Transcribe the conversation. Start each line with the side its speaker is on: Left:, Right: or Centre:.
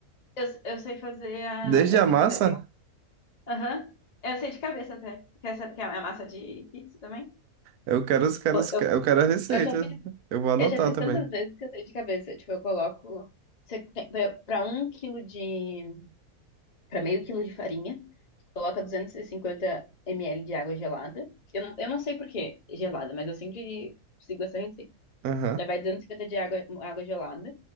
Left: Eu, eu sei fazer a.
Right: Desde
Left: Eu
Right: a
Left: sei
Right: massa?
Left: fazer. tem- Aham. Eu sei de cabeça até. Quer saber que é a massa de pizza também?
Right: Eu quero os
Left: Tipo,
Right: caras,
Left: eu,
Right: eu quero a receita.
Left: eu já fiz,
Right: Eu vou anotar
Left: eu já fiz
Right: também.
Left: tantas vezes que eu sei de cabeça. Tipo, eu coloco. Você tem, pra, pra um quilo de. Pra meio quilo de farinha, tu coloca 250 ml de água gelada. Eu não, eu não sei por que gelada, mas eu sempre sigo essa receita.
Right: Aham.
Left: Daí vai 250 de água, água gelada.